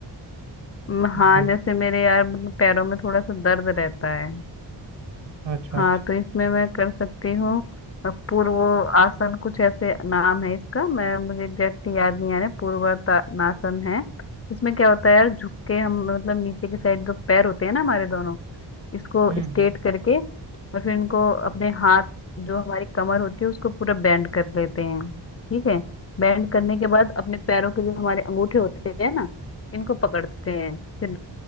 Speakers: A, on the left; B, on the right.
A: म-
B: जी
A: हाँ जैसे मेरे यार मतलब पैरों में थोड़ा सा दर्द रहता है
B: अच्छा
A: हाँ
B: अच्छा
A: तो इसमें मैं कर सकती हूँ अ, पूर्व आसन कुछ ऐसे नाम है इसका मैं मुझे एग्जैक्टली याद नहीं आ रहा पूर्वातानासन है इसमें क्या होता है यार झुक के हम मतलब नीचे की साइड जो पैर होते हैं ना हमारे दोनों इसको
B: हम्म
A: स्ट्रेट करके और फिर इनको अपने हाथ जो हमारी कमर होती है उसको पूरा बैंड कर लेते हैं ठीक है बैंड करने के बाद अपने पैरों के जो हमारे अंगूठे होते हैं ना इनको पकड़ते हैं फिर